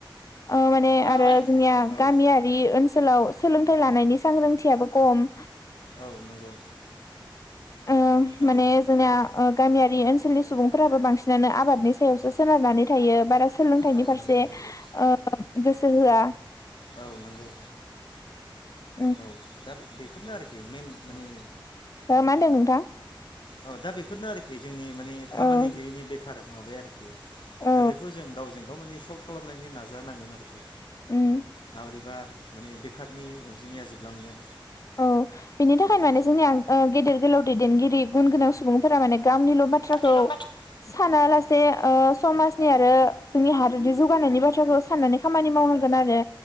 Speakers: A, on the left; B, on the left.
A: औ माने
B: औ
A: आरो जोंनिया
B: औ
A: गामियारि ओनस सोलाव सोलोंथाइ लानायनि सांग्रांथियाबो खम
B: औ नंगौ।
A: ओ
B: औ
A: माने जोंना ओ गामियारि ओनसोलनि सुबुंफोराबो बांसिनानो आबादनि सायावसो सोनारनानै थायो बारा सोलोंथाइनि
B: औ
A: फारसे
B: नंगौ नंगौ
A: ओ गोसो होआ
B: औ नंगौ।
A: उम
B: औ दा बेफोरनो आरोखि मेन मानि
A: हो मा होनदों नोंथां?
B: औ दा बेफोरनो आरोखि जोंनि माने खामानि
A: औ
B: गैयैनि बेख खार माबाया आरोखि
A: औ
B: दा बेखौ जों गावजों मानि सल्भ खालामलायनो नाजानांगोन आरोखि
A: उम
B: माब्रैबा मानि बेखारनि अन जिमाया जोबलांगोन
A: औ बेनि थाखायनो
B: औ
A: माने जोंनिया ओ गेदेर गोलाव दैदेनगिरि गुन गोनां सुबुंफोरा माने गामनिल' बाथ्राखौ
B: दे
A: सानालास से ओ समाजनि आरो जोंनि हादोदनि जौगानायनि बाथ्राखौ साननानै खामानि मावनांगोन आरो